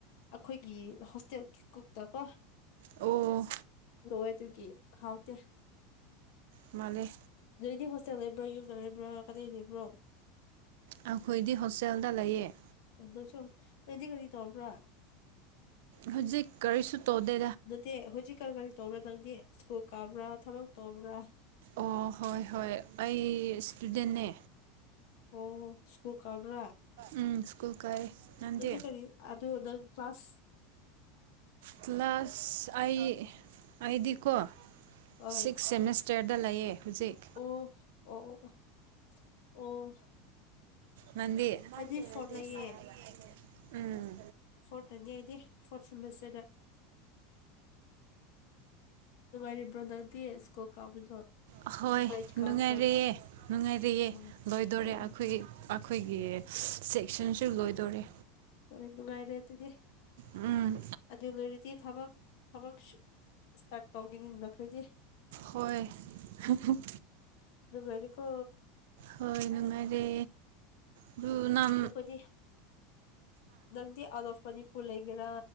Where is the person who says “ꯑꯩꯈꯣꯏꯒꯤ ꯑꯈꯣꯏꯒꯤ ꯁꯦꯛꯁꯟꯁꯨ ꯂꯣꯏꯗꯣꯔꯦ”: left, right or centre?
Right